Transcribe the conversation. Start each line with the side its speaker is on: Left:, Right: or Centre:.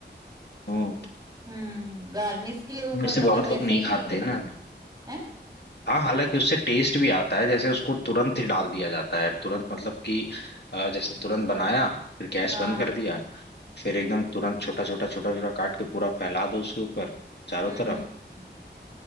Left: हम्म
Right: हम्म गार्निश के लिए ऊपर
Left: वैसे
Right: मतलब
Left: बहुत
Right: वैसे
Left: लोग नहीं
Right: ही
Left: खाते ना
Right: है
Left: हाँ हालांकि उससे टेस्ट भी आता है जैसे उसको तुरंत ही डाल दिया जाता है तुरंत मतलब कि अ, जैसे तुरंत बनाया फिर गैस
Right: हाँ
Left: बंद कर दिया फिर एकदम तुरंत छोटा छोटा छोटा छोटा काट के पूरा फैला दो उसके ऊपर चारों
Right: हम्म
Left: तरफ
Right: हम्म हम्म हम्म। हम्म।